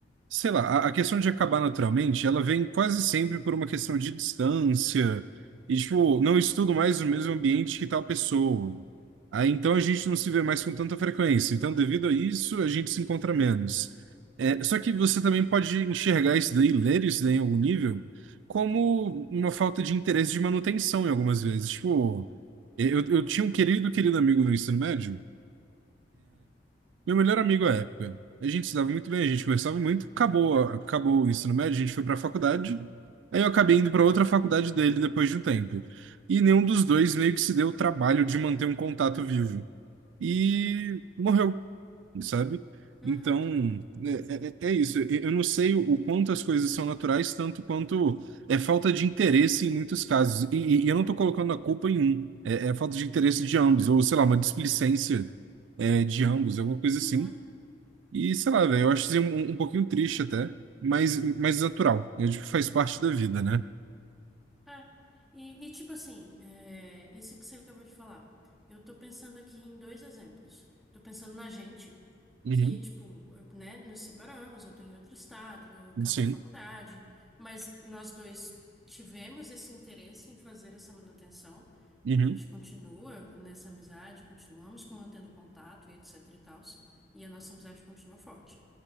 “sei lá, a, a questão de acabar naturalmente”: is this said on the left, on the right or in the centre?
Right